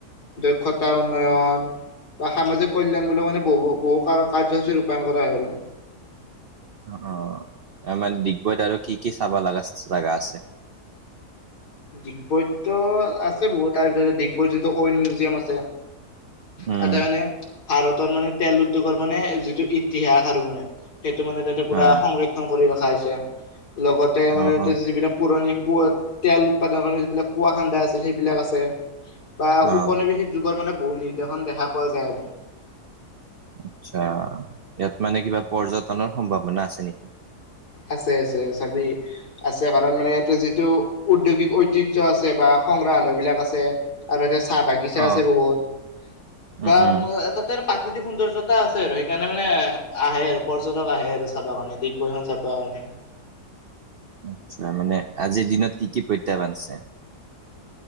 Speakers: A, on the left (about 75°); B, on the right (about 70°).
A: দক্ষতা উন্নয়ন। বা সামাজিক কল্যাণ বুলিও মানে বহু-বহু কাৰ্যসূচী ৰূপায়ন কৰা হয় আৰু
B: অ', -অ' ত মানে ডিগবৈত আৰু কি, কি চাব লগা জাগা আছে। <inaudible>
A: ডিগবৈদতো আছে বহুত তাৰ ভিতৰ ডিগবৈ যোনটো অইল মিউজিয়াম আছে।
B: উম,
A: তাতে মানে ভাৰতৰ মানে তেল উদ্যোগৰ মানে যিটো ইতিহাস আৰু মানে সেইটো মানে তাতে পূৰা
B: অ',
A: সংৰক্ষণ কৰি ৰখা হৈছে লগতে মানে
B: অ',
A: তাতে
B: অ'।
A: যিবিলাক পুৰণি কুঁৱা তেল উৎপাদন যিবিলাক কুঁৱা খান্দা আছিল, সেইবিলাক আছে। বা ঔনিৱেশিক
B: অ',
A: যুগৰ মানে বহুত নিৰ্দেশন দেখা পোৱা যায় আৰু
B: আচ্ছা ইয়াত মানে কিবা পৰ্যটনৰ সম্ভাৱনা আছে নেকি?
A: আছে আছে চাবি আছে, কাৰণ মানে ইয়াতে যিটো উদ্যোগিক ঐতিহ্য আছে বা সংগ্ৰাহালয় বিলাক আছে আৰু চাহ বাগিচা
B: অ',
A: আছে বহুত
B: উম,
A: বা
B: উম,
A: তাতে। প্ৰাকৃতিক সৌন্দৰ্যতা আছে আৰু সেইকাৰণে মানে আহে আৰু পৰ্যটক আহে আৰু চাবা কাৰণে চাবৰ কাৰণে
B: আচ্ছা মানে আজিৰ দিনত কি, কি প্ৰত্যাহ্বান আছে।